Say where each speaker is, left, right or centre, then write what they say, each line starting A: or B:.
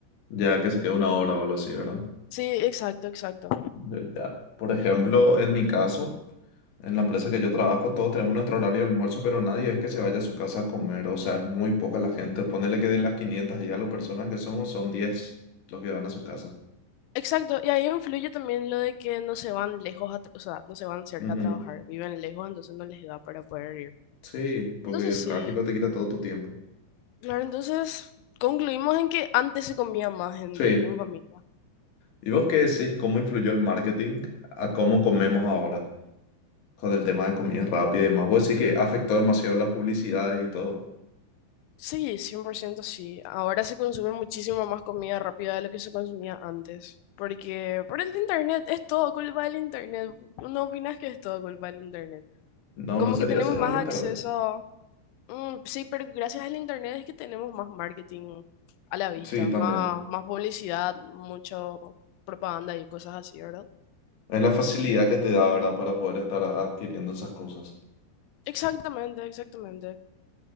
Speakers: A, on the left; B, on the left.
A: Ya que se queda una hora o algo así, ¿verdad?
B: Sí, exacto, exacto.
A: Yo Ya. Por ejemplo, en mi caso. En la empresa que yo trabajo, todos tenemos nuestro horario de almuerzo, pero nadie es que se vaya a su casa a comer. O sea, es muy poca la gente. Ponele que de las 500 y las personas que somos, son diez los que van a su casa.
B: Exacto, y ahí influye también lo de que no se van lejos, a tra- o sea, no se van cerca
A: Ujú.
B: a trabajar, viven lejos, entonces no les da para poder ir.
A: Sí, porque
B: Entonces
A: el
B: sí,
A: tráfico te quita todo tu tiempo.
B: claro, entonces concluimos en que antes se comía más en,
A: Sí.
B: en familia.
A: ¿Y vos qué decís? ¿Cómo influyó el marketing a cómo comemos ahora? Con el tema de comida rápida y demás. Vos decís que afectó demasiado las publicidades y todo.
B: Sí, 100% sí. Ahora se consume muchísimo más comida rápida de lo que se consumía antes. Porque por el internet, es todo culpa del internet. ¿No opinas que es todo culpa del internet?
A: No,
B: como
A: no sería
B: que tenemos
A: solo
B: más
A: el internet.
B: acceso. Mm, sí, pero gracias al internet es que tenemos más marketing a la vista,
A: Sí, también.
B: más, más publicidad, mucho propaganda y cosas así, ¿verdad?
A: Es la facilidad que te da, ¿verdad? Para poder estar adquiriendo esas cosas.
B: Exactamente, exactamente.